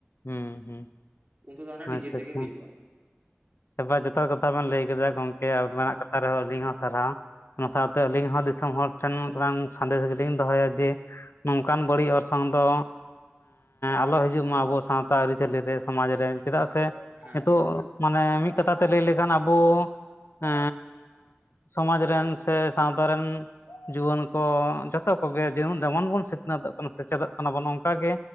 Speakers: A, on the left; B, on the right.
A: ᱦᱩᱸ ᱦᱩᱸ
B: ᱩᱱ ᱛᱮᱫᱚ ᱰᱤᱡᱮ
A: ᱟᱪᱪᱷᱟ
B: ᱛᱮᱜᱮ
A: ᱟᱪᱪᱷᱟ
B: ᱦᱩᱭᱩᱜᱼᱟ
A: ᱮᱵᱟᱨ ᱡᱚᱛᱚ ᱠᱟᱛᱷᱟ ᱵᱱ ᱞᱟᱹᱭ ᱠᱮᱫᱟ ᱜᱚᱝᱠᱮ ᱟᱵᱚ ᱱᱟᱜ ᱠᱟᱛᱷᱟ ᱨᱮᱦᱚᱸ ᱟᱹᱞᱤᱧ ᱦᱚᱸ ᱥᱟᱨᱦᱟᱣ ᱚᱱᱟ ᱥᱟᱶᱛᱮ
B: ᱦᱮᱸ
A: ᱟᱹᱞᱤᱧ ᱦᱚᱸ ᱫᱤᱥᱚᱢ ᱦᱚᱲ <unintelligible> ᱥᱟᱸᱫᱮᱥ ᱜᱮᱞᱤᱧ ᱫᱚᱦᱚᱭᱟ ᱡᱮ ᱱᱚᱝᱠᱟᱱ ᱵᱟᱹᱲᱤᱡ ᱚᱨᱥᱚᱝ ᱫᱚ ᱟᱞᱚ ᱦᱤᱡᱩᱜ ᱢᱟ ᱟᱵᱚ ᱥᱟᱶᱛᱟ ᱟᱹᱨᱤᱪᱟᱹᱞᱤ ᱨᱮ ᱥᱚᱢᱟᱡᱽ ᱨᱮ ᱪᱮᱫᱟᱜ ᱥᱮ
B: ᱦᱮᱸ
A: ᱱᱤᱛᱚᱜ
B: ᱦᱮᱸ
A: ᱢᱟᱱᱮ ᱢᱤᱫ ᱠᱟᱛᱷᱟ ᱛᱮ ᱞᱟᱹᱭ ᱞᱮᱠᱷᱟᱱ ᱟᱵᱚ ᱮᱻ ᱥᱚᱢᱟᱡᱽ ᱨᱮᱱ ᱥᱮ ᱥᱟᱶᱛᱟ ᱨᱮᱱ ᱡᱩᱣᱟᱹᱱ ᱠᱚ ᱡᱚᱛᱚ ᱠᱚᱜᱮ ᱡᱮᱢᱚᱱ ᱵᱚᱱ ᱥᱤᱠᱷᱱᱟᱹᱛᱚᱜ ᱠᱟᱱᱟ ᱥᱮᱪᱮᱫᱚᱜ ᱠᱟᱱᱟ ᱵᱚᱱ ᱚᱱᱠᱟᱜᱮ